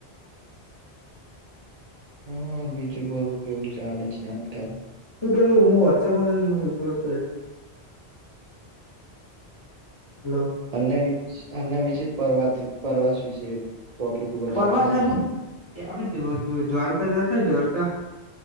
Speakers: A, on the right; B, on the left.
A: હા બીજું બોલો કેવું ચાલે છે આજકાલ.
B: તું પેલુ હું વોટ્અપમાં ની બોલતા ઈ? હલો.
A: અમને વી અમને પ્રવા પ્રવાસ વિશે ટોપિક ઉપર
B: પ્રવાસ
A: વાત કરી આપણે
B: વિશે આપણે દ્વારકા જશુ દ્વારકા.